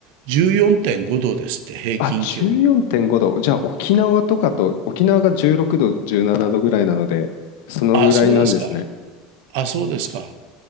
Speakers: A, on the right; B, on the left.
A: 14.5度ですって、平均気温。
B: あ、14.5度。じゃあ、沖縄とかと、沖縄が16度、17度ぐらいなので、そのぐらいなんですね。
A: あ、そうですか。あ、そうですか。